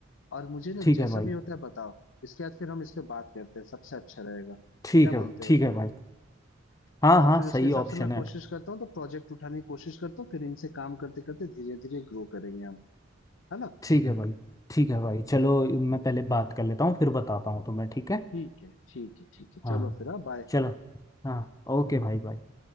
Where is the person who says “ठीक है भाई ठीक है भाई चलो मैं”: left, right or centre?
Left